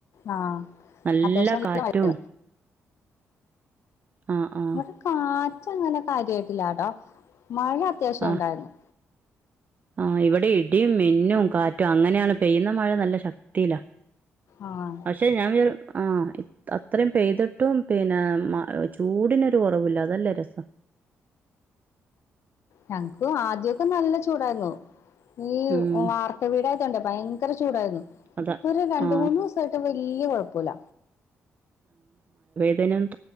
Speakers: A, on the left; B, on the right.
A: ആഹ്
B: നല്ല
A: അത്യാവശ്യം
B: കാറ്റും
A: മഴ
B: ആ ആ
A: ഇവടെ കാ റ്റ്അങ്ങനെ കാര്യമായിട്ടില്ലാട്ടോ മഴ അത്യാവശ്യം
B: ആ
A: ഉണ്ടായിരുന്നു
B: ആ ഇവിടെ ഇടിയും മിന്നും കാറ്റും അങ്ങനെയാണ് പെയ്യുന്ന മഴ നല്ല ശക്തിയിലാ
A: ആഹ്
B: പക്ഷെ ഞാൻ വി ആഹ അത്രയും പെയ്തിട്ടും പിന്നെ ചൂടിനൊരു കുറവില്ല അതല്ലേ രസം
A: ഞങ്ങക്ക് ആദ്യൊക്കെ നല്ല ചൂടായിരുന്നു ഈ
B: ഉം
A: വാർപ്പ് വീടായിത്ോണ്ടേ ഭയങ്കര ചൂടായിരുന്നു
B: അതാ
A: ഇപ്പൊ ഒരു രണ്ട്
B: ആ
A: മൂന്ന്ു ദിവസായിട്ട് വല്ിയ കൊഴപ്പില്ല
B: അ <unintelligible>